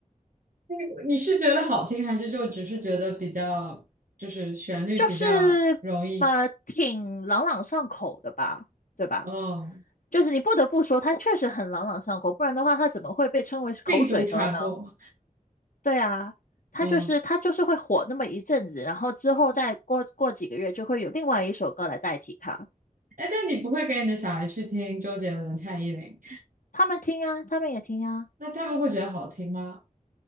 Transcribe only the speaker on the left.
就是呃挺朗朗上口的吧，对吧？
就是你不得不说，它确实很朗朗上口，不然的话，它怎么会被称为是口水歌呢？
对啊，它就是它就是会火那么一阵子，
然后之后再过过几个月，就会有另外一首歌来代替它。
他们听啊，他们也听啊，